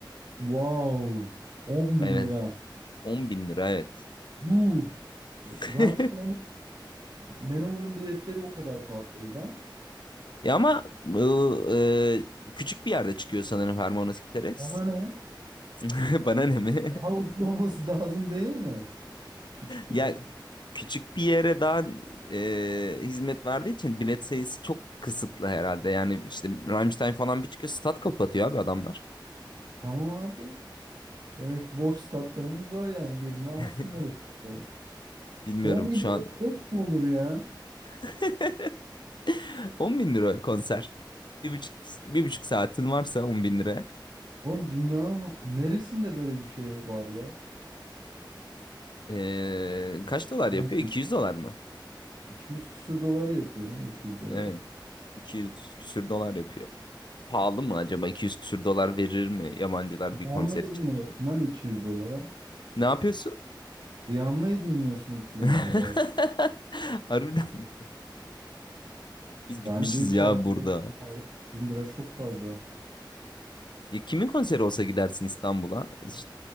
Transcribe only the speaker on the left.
Evet
10 bin lira evet.
<laughs>
Ya ama bu e, küçük bir yerde çıkıyor sanırım Hermanos Giteres.
<laughs> Bana ne mi?
<laughs>
Ya
küçük bir yere daha e, hizmet verdiği için bilet sayısı çok kısıtlı herhalde. Yani işte Rammstein falan bir çıkıyor stat kapatıyor abi adamlar.
<laughs>
Bilmiyorum
şu an.
<laughs> 10 bin lira konser. Bir buçuk, bir buçuk saatin varsa 10 bin lira.
Ee, kaç dolar
yapıyor? 200 dolar mı?
Evet. 200 küsür dolar yapıyor. Pahalı mı acaba? 200 küsür dolar verir mi yabancılar
bir konser
için?
Ne yapıyorsun?
<laughs>
Harbiden biz bitmişiz
ya
burada.
Ya kimin konseri olsa gidersin İstanbul'a? İşte